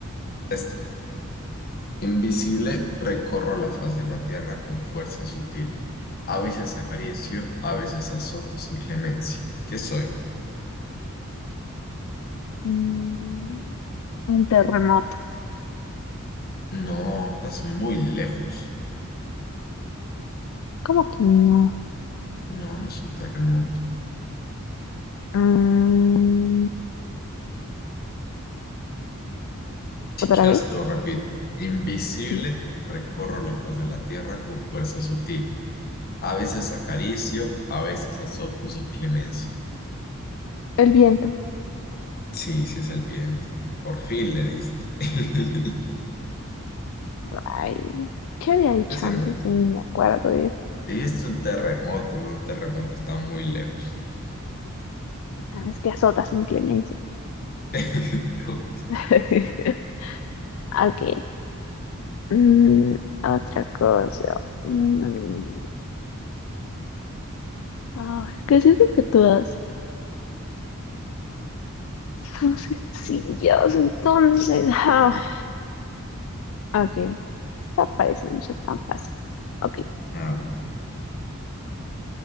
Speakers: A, on the left; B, on the left.
A: este. Invisible, recorro la faz de la tierra con fuerza sutil. A veces acaricio, a veces azoto sin clemencia. ¿Qué soy?
B: Mm, un terremoto.
A: No, estás muy lejos.
B: ¿Cómo que no?
A: No, no es un terremoto.
B: Mm,
A: Si
B: ¿Otra
A: quieres,
B: vez?
A: te lo repito. Invisible,
B: Sí.
A: recorro la faz de la tierra con fuerza sutil. A veces acaricio, a veces azoto sin clemencia.
B: El viento.
A: Sí, sí es el viento. Por fin le diste. <laughs>
B: Ay, ¿qué había dicho
A: Ese
B: antes?
A: no.
B: Ya ni me acuerdo. eh.
A: Dijiste un terremoto. Bueno, un terremoto está muy lejos.
B: Ah, es que azota sin clemencia.
A: <laughs> Ok.
B: <laughs> Ok. Mm, otra cosa. Mm, mm. ah, es que siento que todas son sencillas, entonces. ah. Ok. Esta parece no ser tan fácil. Ok.
A: Ah,